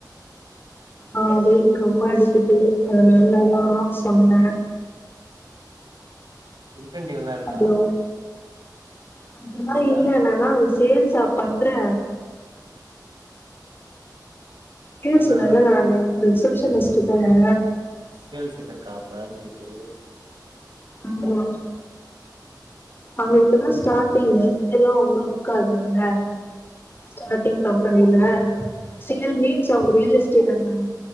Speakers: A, on the left; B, on the right.
A: ஆ வெயில் ரொம்ப அடிக்குது அதனால ஆ சொன்னே
B: இன்சடியு எதாவது இருக்கா
A: ஹலோ அதெல்லா
B: ஆஃபீஸ்ல
A: இல்ல நானா அங்க சேல்சா பண்றே கேசிலல்லா
B: என்னா
A: நா ரிசெப்ஷனிஸ்ட்டு தான
B: சேல்சுக்கு இருக்கா அப்ப இன்சென்டிவ்
A: ஆமா அங்க இப்பதா
B: ம்
A: ஸ்டார்ட்டிங்கு சரியா அவ்ளவு இருக்காதுல்ல ஸ்டார்ட்ங் கம்பெனில சேல் மீட்ஸ் அவுங்க ரியல் எஸ்டேட் அந்தாங்க